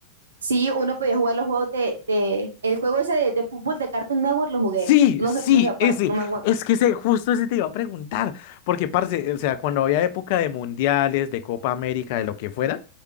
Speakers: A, on the right (about 65°); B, on the left (about 50°).
A: sí, uno podía jugar los juegos de, de- el juego ese de, de fútbol de Cartoon Network lo jugué,
B: Sí,
A: no
B: sí,
A: sé cómo se acuerda,
B: ese.
A: no me acuerdo.
B: Es que ese, justo ese te iba a preguntar. Porque, parce, o sea, cuando había época de mundiales, de Copa América, de lo que fuera,